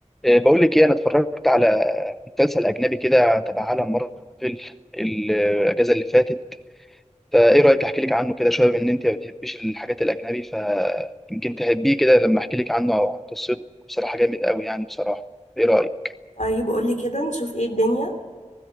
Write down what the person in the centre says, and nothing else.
آه، بقول لك ايه انا اتفرجت على مسلسل اجنبي كده تبع عالم مارفل الاجازه اللي فاتت فايه رايك احكي لك عنه كده شويه بما ان انت ما بتحبيش الحاجات الاجنبي فيمكن تحبيه كده لما احكي لك عنه او عن قصته بصراحه جامد قوي يعني بصراحه ايه رايك